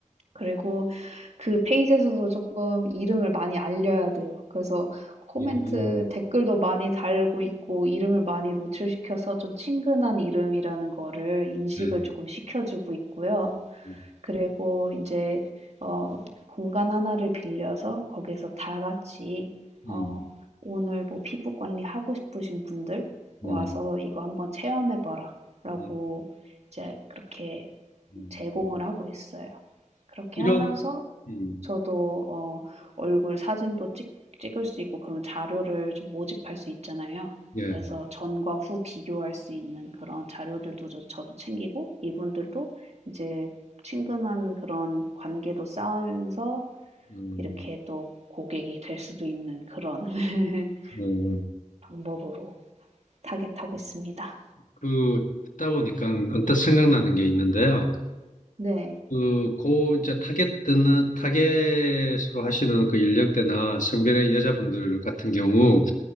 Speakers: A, on the right; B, on the left.
A: 그리고 그 페이지에서도 조금 이름을 많이 알려야 돼요. 그래서 코멘트
B: 예, 음,
A: 댓글도 많이 달고 있고 이름을 많이 노출시켜서 좀 친근한 이름이라는 거를 인식을
B: 예,
A: 조금 시켜 주고 있고요.
B: 예,
A: 그리고 인제 어 공간 하나를 빌려서 거기에서 다 같이
B: 음,
A: 어 "오늘 뭐 피부 관리하고 싶으신 분들 와서
B: 음,
A: 이거 한번 체험해 봐라."라고
B: 음,
A: 이제 그렇게
B: 음.
A: 제공을 하고 있어요. 그렇게
B: 이런,
A: 하면서
B: 음,
A: 저도 어 얼굴 사진도 찍 찍을 수 있고 그런 자료를 좀 모집할 수 있잖아요.
B: 예,
A: 그래서 전과 후 비교할 수 있는 그런 자료들도 저 저도 챙기고 이분들도 이제 친근한 그런 관계도 쌓으면서
B: 음,
A: 이렇게 또 고객이 될 수도 있는 그런 <laughs>
B: 어,
A: 방법으로 타겟하고 있습니다.
B: 그, 듣다 보니까 언뜻 생각나는 게 있는데요.
A: 네.
B: 그, 고, 이제 타겟 듣는, 타겟으로 하시는 그 연령대나 성별의 여자분들 같은 경우,